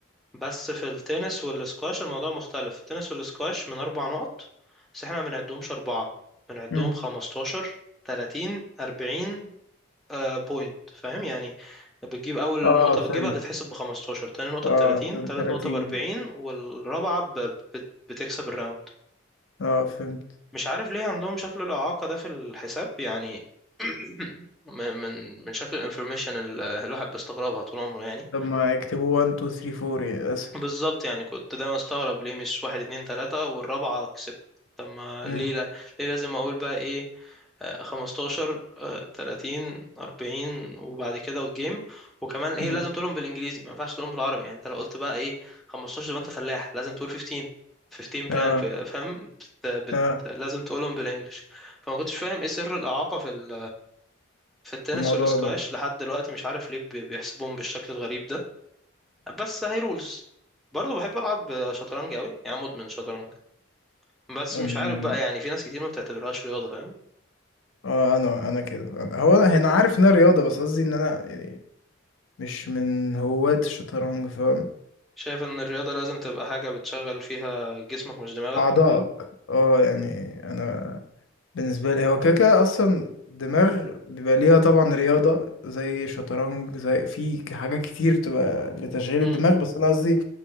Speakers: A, in the centre; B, on the left.
A: بس في التنس والسكواش الموضوع مختلف في التنس والسكواش من اربع نقط بس احنا ما بنعدهمش اربعة بنعدهم
B: مم.
A: 15 30 40 آه بوينت فاهم يعني بتجيب اول
B: اه
A: نقطة بتجيبها
B: فهمت
A: بتتحسب ب 15 تاني نقطة
B: اه
A: ب 30
B: تل-
A: تالت
B: 30
A: نقطة ب 40 والرابعة ب- بت- بتكسب الراوند
B: اه فهمت
A: مش عارف ليه عندهم شكل الإعاقة ده في الحساب يعني <clears throat> من من من شكل الانفورميشن اللي الواحد بيستغربها طول عمره يعني
B: طب ما يكتبوا 1 2 3 4 يعني أسهل
A: بالظبط يعني كنت دايما استغرب ليه مش واحد اتنين تلاتة والرابعة كسبت طب ما
B: مم،
A: ليه لا ليه لازم اقول بقى ايه آه، 15 آه، 30 40 وبعد كده والجيم وكمان ايه
B: مم.
A: لازم تقولهم بالانجليزي ما ينفعش تقولهم بالعربي يعني انت لو قلت بقى ايه 15 يبقى انت فلاح لازم تقول 15 15 بلان
B: اه
A: فاهم بت... بت...
B: اه
A: لازم تقولهم بالانجلش فما كنتش فاهم ايه سر الاعاقة في ال... في التنس
B: الموضوع
A: والسكواش
B: ده
A: لحد دلوقتي مش عارف ليه بي- بيحسبوهم بالشكل الغريب ده بس هاي رولز برضه بحب العب شطرنج قوي يعني مدمن شطرنج بس
B: أنا-
A: مش عارف بقى يعني في ناس كتير ما بتعتبرهاش رياضه فاهم
B: اه انا انا كده أنا- هو انا انا عارف انها رياضة بس قصدي ان انا يعني مش من هواة الشطرنج فاهم
A: شايف ان الرياضه لازم تبقى حاجه بتشغل فيها جسمك مش دماغك
B: اعضائك اه يعني انا بالنسبة لي هو كده كده اصلا دماغ بيبقى ليها طبعا رياضة زي شطرنج زي في حاجات كتير بتبقى لتشغيل
A: امم
B: الدماغ بس انا قصدي